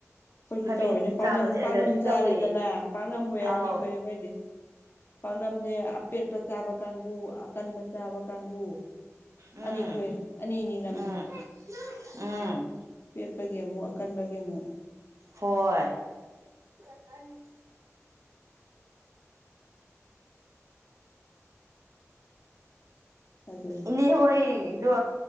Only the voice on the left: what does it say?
ꯑꯩꯈꯣꯏꯁꯨ
ꯇꯧꯑꯦꯅꯦ
ꯄꯥꯛꯅꯝ-ꯄꯥꯛꯅꯝ
ꯆꯥꯔꯦꯗꯅ
ꯄꯥꯛꯅꯝꯕꯨ ꯑꯣꯏ
ꯑꯅꯤ ꯊꯣꯛꯑꯦ ꯑꯩꯈꯣꯏꯗꯤ꯫ ꯄꯥꯛꯅꯝꯁꯦ ꯑꯄꯦꯠꯄ ꯆꯥꯕ ꯀꯥꯡꯒꯨ, ꯑꯀꯟꯕ ꯆꯥꯕ ꯀꯥꯡꯒꯨ꯫
ꯑꯅꯤ ꯊꯣꯛꯑꯦ ꯑꯅꯤ-ꯑꯅꯤ ꯅꯝꯃꯦ꯫
ꯄꯦꯠꯄꯒꯤ ꯑꯃꯨꯛ, ꯑꯀꯟꯕꯒꯤ ꯑꯃꯨꯛ꯫
ꯑꯗꯨꯅꯤ